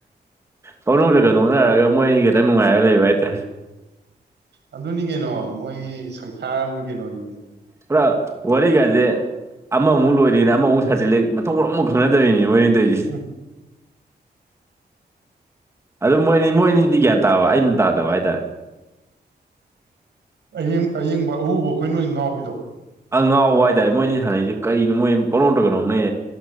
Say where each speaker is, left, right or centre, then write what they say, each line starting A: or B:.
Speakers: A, on the right; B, on the right.
A: ꯄꯪꯅꯣꯛꯇꯒ ꯅꯣꯛꯅꯔꯒ ꯃꯣꯏ ꯑꯅꯤ ꯈꯤꯇꯪ ꯅꯨꯡꯉꯥꯏꯔ ꯂꯩꯕ ꯍꯥꯏꯇꯥꯔꯦ
B: ꯑꯗꯨꯅꯤ ꯀꯩꯅꯣ ꯃꯣꯏ ꯁꯪꯁꯥꯔ ꯑꯃꯅꯤ ꯀꯩꯅꯣ ꯑꯗꯨꯗꯤ
A: ꯄꯨꯔꯥ ꯋꯥꯔꯤꯒꯥꯖꯦ ꯑꯃꯃꯨꯛ ꯂꯣꯏꯗ꯭ꯔꯤꯉꯩꯗ ꯑꯃꯃꯨꯛ ꯁꯥꯖꯤꯜꯂꯦ ꯃꯊꯣꯡ ꯃꯔꯝ ꯑꯃꯨꯛ ꯈꯪꯅꯗꯕꯤꯅꯤ ꯃꯣꯏꯅꯤ ꯇꯧꯔꯤꯖꯦ
B: ꯎꯝ
A: ꯑꯗꯨ ꯃꯣꯏꯅꯤ ꯃꯣꯏꯅꯤꯗꯤ ꯒ꯭ꯌꯥꯟ ꯇꯥꯕ ꯑꯩꯅ ꯇꯥꯗꯕ ꯍꯥꯏꯇꯥꯔꯦ
B: ꯑꯡ ꯑꯌꯦꯡꯕ ꯑꯎꯕ ꯑꯩꯈꯣꯏꯅ ꯑꯣꯏꯅ ꯉꯥꯎꯕꯤꯗꯣ
A: ꯑꯉꯥꯎꯕ ꯍꯥꯏꯇꯥꯔꯦ ꯃꯣꯏꯅꯤ ꯁꯥꯟꯅꯔꯤꯁꯦ ꯀꯔꯤꯅꯣ ꯃꯣꯏ ꯄꯪꯅꯣꯛꯇꯒ ꯅꯣꯛꯅꯩ